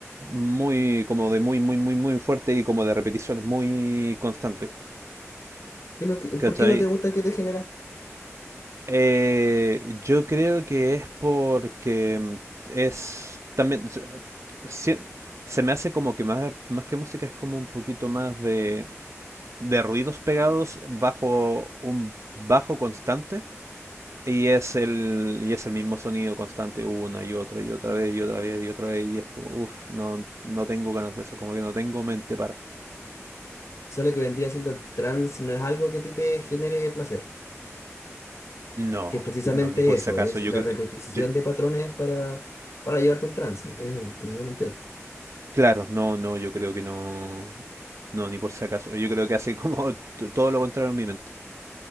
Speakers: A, on the right (about 70°); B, on the left (about 65°).
A: muy, como de muy, muy, muy, muy fuerte y como de repeticiones muy constantes.
B: qué es lo que-
A: ¿Cachai?
B: ¿Por qué no te gusta que te genera?
A: Eh, yo creo que es porque mm, es también se se- se me hace como que más, más que música es como un poquito más de, de ruidos pegados bajo un bajo constante. Y es el, y es el mismo sonido constante una y otra y otra vez y otra vez y otra vez y es como, uff, no, no tengo ganas de eso, como que no tengo mente para...
B: O sea, lo que vendría siendo el trance no es algo que a ti te genere placer,
A: No,
B: que es precisamente
A: no, ni por
B: eso,
A: si acaso,
B: es
A: yo
B: la
A: creo...
B: repetición
A: yo-
B: de patrones para, para llevarte a un trance, es precisamente eso.
A: claro, no, no, yo creo que no... No, ni por si acaso, yo creo que hace como t- todo lo contrario en mi mente.